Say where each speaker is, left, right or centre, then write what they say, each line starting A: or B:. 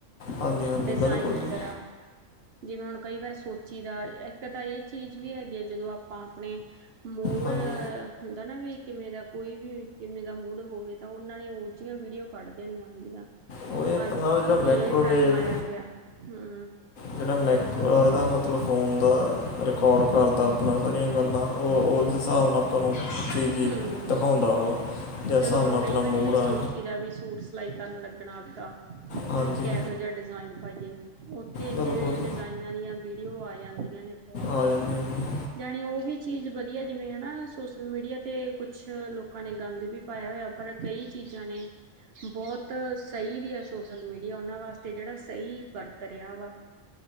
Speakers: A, on the left; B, on the right.
A: ਹਾਂਜੀ ਹਾਂਜੀ
B: ਡਿਜ਼ਾਇਨ
A: ਬਿਲਕੁਲ
B: ਵਗੈਰਾ-
A: ਜੀ
B: ਜਿਵੇਂ ਹੁਣ ਕਈ ਵਾਰ ਸੋਚੀ ਦਾ, ਇੱਕ ਤਾਂ ਇਹ ਚੀਜ਼ ਵੀ ਹੈਗੀ ਆ ਜਦੋਂ ਆਪਾਂ ਆਪਣੇ- ਮੂਲ
A: ਹਾਂਜੀ
B: ਹੁੰਦਾ ਨਾ ਵੀ ਕਿਵੇਂ ਦਾ- ਕੋਈ ਵੀ, ਕਿਵੇਂ ਦਾ ਮੂਡ ਹੋਵੇ ਤਾਂ ਉਹਨਾਂ ਨੇ ਉਹ ਜਿਹੀਆਂ ਵੀਡੀਓ ਕੱਢ ਦੇਣੀਆਂ ਹੁੰਦੀਆਂ।
A: ਉਹ ਇਹ ਆਪਣਾ
B: ਅੱਜ
A: ਜਿਹੜਾ ਮਾਈਕ੍ਰੋਵੇਵ
B: ਬੀਏ ਟਾਈਮ ਆਇਆ ਪਿਆ। ਹੂ
A: ਜਿਹੜਾ ਮੈਕ ਇਹਦਾ ਮਤਲਬ ਫ਼ੋਨ ਦਾ ਰਿਕਾਰਡ ਕਰਦਾ
B: ਹੂੰ
A: ਆਪਣਾ। ਸਾਰੀਆਂ ਗੱਲਾਂ, ਉਹ ਉਸਦੇ ਹਿਸਾਬ ਨਾਲ ਉਹ ਆਪਾਂ ਨੂੰ ਚੀਜ ਹੀ
B: ਹੂੰ
A: ਦਿਖਾਉਂਦਾ ਵਾ, ਉਹ ਜਿਸ ਹਿਸਾਬ
B: ਜਦੋਂ ਹੁਣ
A: ਨਾਲ ਆਪਣਾ
B: ਕਈ ਵਾਰੀ
A: ਮੂਡ ਆ।
B: ਸੋਚੀ ਦਾ ਵੀ ਸੂਟ ਸਿਲਾਈ ਕਰਨ ਲੱਗਣਾ ਆਪਦਾ,
A: ਹਾਂਜੀ
B: ਵੀ ਕੇਹੋ ਜਿਹਾ ਡਿਜ਼ਾਇਨ ਪਾਈਏ। ਔਥੇ ਇੰਨੇ
A: ਬਿਲਕੁਲ ਜੀ
B: ਡਿਜ਼ਾਇਨਾਂ ਦੀਆਂ ਵੀਡੀਓ ਆ ਜਾਂਦੀਆਂ ਨੇ ਬਹੁਤ।
A: ਆ ਜਾਂਦੇ ਆ ਜੀ
B: ਜਾਣੀ ਉਹ ਵੀ ਚੀਜ਼ ਵਧੀਆ ਜਿਵੇਂ ਹਨਾ ਸੋਸ਼ਲ ਮੀਡੀਆ- ਤੇ ਕੁਛ ਲੋਕਾਂ ਨੇ ਗੰਦ ਵੀ ਪਾਇਆ ਹੋਇਆ ਪਰ, ਕਈ ਚੀਜ਼ਾਂ ਨੇ- ਬਹੁਤ ਸਹੀ ਵੀ ਆ ਸੋਸ਼ਲ ਮੀਡੀਆ ਉਹਨਾਂ ਵਾਸਤੇ ਜਿਹੜਾ ਸਹੀ ਵਰਤ ਰਿਹਾ ਵਾ।